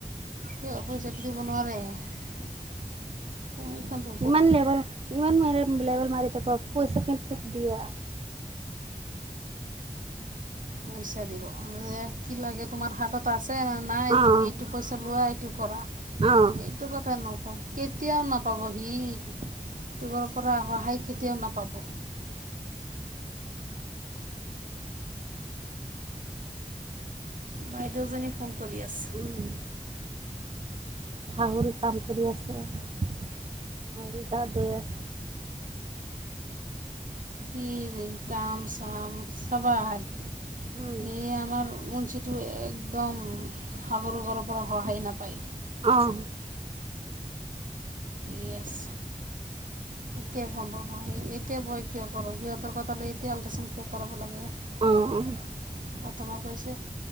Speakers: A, on the right (about 85°); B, on the right (about 45°).
A: কিয়, পইচা তো দিব নোৱাৰে। অ সেই এখন টো।
B: ইমান লেবেল ইমান লেভেল মাৰি থাক পইচা <unintelligible> দিয়া।
A: পইচা দিব। এ কি লাগে তোমাৰ হাতত আছে নে নাই
B: অ'
A: তুমি এইটো - পইচা লোৱা এইটো কৰা।
B: অ'।
A: সেইটো কথা নকওঁ, কেতিয়াও নাপাবহি। ইউটিউবৰ পৰা সহায় কেতিয়াওঁ নাপাব। বাইদেউজনী ফোন কৰি আছে।
B: উম। শাহুৰ কাম কৰি আছে। আৰু ই গা ধুই আছে।
A: কি কাম চাম চাব আহি,
B: উম,
A: এই আমাৰ উন - চিটো একদম শাহুৰ ঘৰৰ পৰা সহায় নাপায়।
B: অঁ।
A: য়েচ্ এতিয়া গম পাব সি, এতিয়া ভয় কিয় কৰ সিহঁতৰ কথা লৈ এতিয়া আল্ট্ৰাচাউণ্ড - কিয় কৰাব লাগে,
B: অ'
A: প্ৰথমত কৈছে -